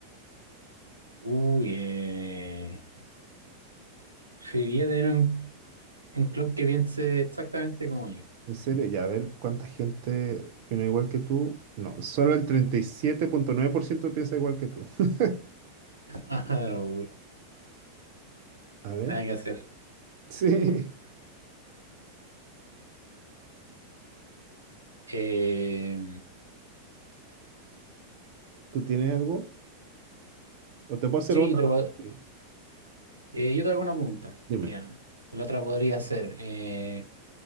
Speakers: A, on the right; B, on the right.
A: Uy, eh, preferiría tener un, un clon que piense exactamente como yo.
B: En serio, ya, a ver cuánta gente opina igual que tú. No, solo el treinta y siete punto nueve por ciento piensa igual que tú. <laughs>
A: <laughs> Ajá, uh,
B: A ver,
A: Nada que hacer.
B: sí.
A: Eh,
B: ¿Tú tienes algo? O te puedo hacer
A: sí,
B: otra.
A: yo te, voy a-
B: Sí,
A: eh, yo te hago una pregunta.
B: Dime.
A: Mira, la otra podría ser, eh,